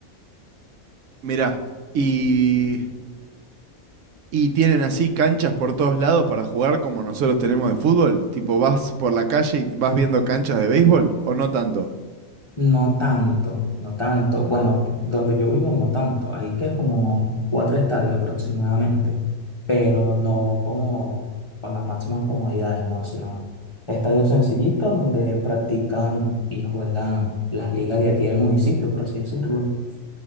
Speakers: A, on the right; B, on the left.
A: Mirá, y, y tienen así canchas por todos lados para jugar como nosotros tenemos de fútbol. Tipo, vas por la calle y vas viendo canchas de béisbol, ¿o no tanto?
B: No tanto, no tanto. Bueno, p- donde yo vivo no tanto. Ahí que es como cuatro estadios aproximadamente, pero no como con las máximas comodidades, no, sino estadios sencillitos donde practican y juegan las ligas de aquí del municipio, por así decirlo.